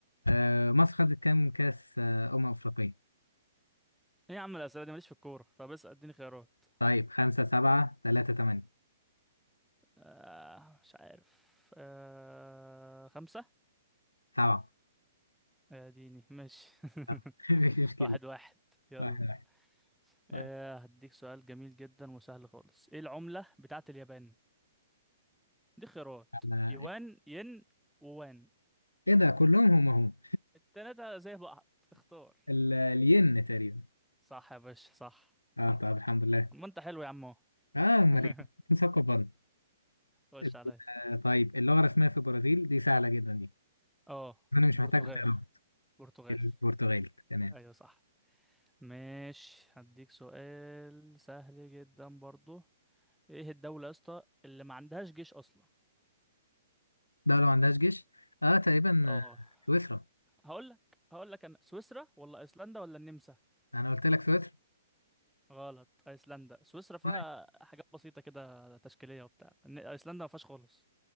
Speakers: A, on the left; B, in the centre.
A: آه، مصر خدت كام كأس آه، أمم أفريقية؟
B: ايه يا عم الاسئله دي ماليش في الكوره طب اسال اديني خيارات
A: طيب خمسة سبعة تلاتة تمانية
B: آه مش عارف آه خمسه
A: سبعة
B: يا ديني ماشي
A: <laughs>
B: <laughs>
A: مش مشكلة
B: واحد واحد يلا
A: واحد واحد طيب
B: آه هديك سؤال جميل جدا وسهل خالص ايه العملة بتاعة اليابان دي خيارات
A: أنا
B: يوان ين ووان
A: إيه ده كلهم هم هم
B: التلاتة زي بعض اختار
A: ال- الين تقريبا
B: صح يا باشا صح
A: أه طب الحمد لله
B: ما انت حلو يا عم أهو.
A: أه أمال
B: <laughs>
A: إيه <laughs> مثقف برضه
B: خش
A: ال-
B: عليا
A: آه، طيب اللغة الرسمية في البرازيل دي سهلة جدا دي
B: اه
A: أنا مش
B: برتغال
A: محتاج أقرأها
B: برتغال
A: البرتغالي تمام
B: ايوه صح ماشي هديك سؤال سهل جدا برضو ايه الدولة يا اسطى اللي ما عندهاش جيش اصلا
A: دولة ما عندهاش جيش أه تقريبا
B: اه
A: آه، سويسرا
B: هقول لك هقول لك انا سويسرا ولا ايسلندا ولا النمسا
A: أنا قلت لك سويسرا
B: غلط ايسلندا سويسرا فيها
A: طيب.
B: حاجات بسيطة كده تشكيلية وبتاع إن- ايسلندا ما فيهاش خالص